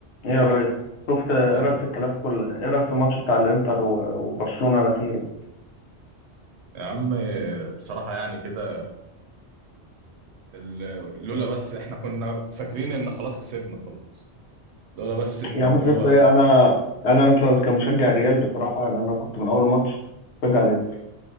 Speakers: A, on the left; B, on the right.
A: ايه يا ريس شفت ايه
B: يا
A: رايك في الكلاسيكو ايه رايك في الماتش بتاع الانتر و- وبرشلونه الاخير ده
B: يا عم بصراحة يعني كده ال- لولا بس احنا كنا فاكرين ان خلاص كسبنا خلاص لولا بس ان
A: يا
B: هو
A: عم كسبت ايه انا انا أصلاً كمشجع الريال بصراحه ان انا كنت من اول ماتش بشجع الانتر